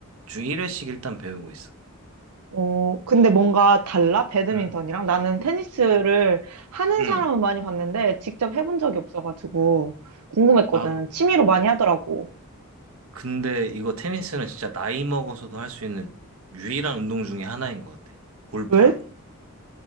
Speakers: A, on the right (about 65°); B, on the right (about 90°).
A: 주 1회씩 일단 배우고 있어.
B: 어, 근데 뭔가 달라? 배드민턴이랑?
A: 응,
B: 나는 테니스를 하는
A: 응.
B: 사람은 많이 봤는데 직접 해본 적이 없어가지고 궁금했거든.
A: 나도.
B: 취미로
A: 응.
B: 많이 하더라고.
A: 근데 이거 테니스는 진짜 나이 먹어서도 할 수 있는 유일한 운동 중에 하나인 것 같아. 골프랑.
B: 왜?